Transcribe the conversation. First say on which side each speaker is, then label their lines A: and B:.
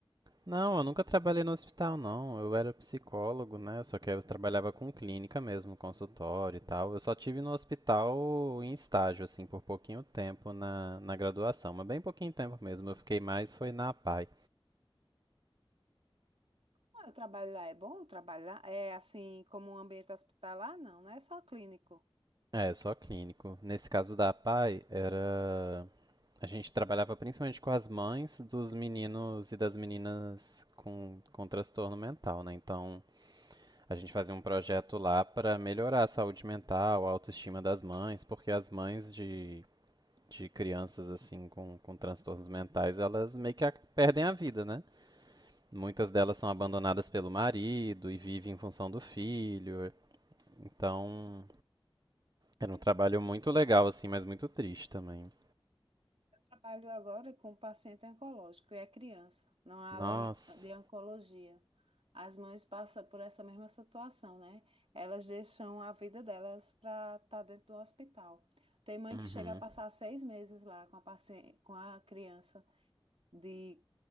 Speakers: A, on the right; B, on the right.
A: Não, eu nunca trabalhei no hospital, não. Eu era psicólogo, né? Só que eu trabalhava com clínica mesmo, consultório e tal. Eu só tive no hospital em estágio, assim, por pouquinho tempo na, na graduação, mas bem pouquinho tempo mesmo. Eu fiquei mais foi na APAE.
B: Ah, o trabalho lá é bom? O trabalho lá é assim, como um ambiente hospitalar? Não, não é só clínico.
A: É, só clínico. Nesse caso da APAE, era. A gente trabalhava principalmente com as mães dos meninos e das meninas com, com transtorno mental, né? Então. A gente fazia um projeto lá para melhorar a saúde mental, a autoestima das mães, porque as mães de, de crianças assim com, com transtornos mentais, elas meio que a- perdem a vida, né? Muitas delas são abandonadas pelo marido e vivem em função do filho. Então, era
B: Mesmo.
A: um trabalho muito legal assim, mas muito triste também.
B: trabalho agora com paciente oncológico e é criança, na
A: Nossa.
B: ala de oncologia. As mães passam por essa mesma situação, né? Elas deixam a vida delas para estar dentro do hospital. Tem mãe
A: Uhum.
B: que chega a passar seis meses lá com a paciente, com a criança de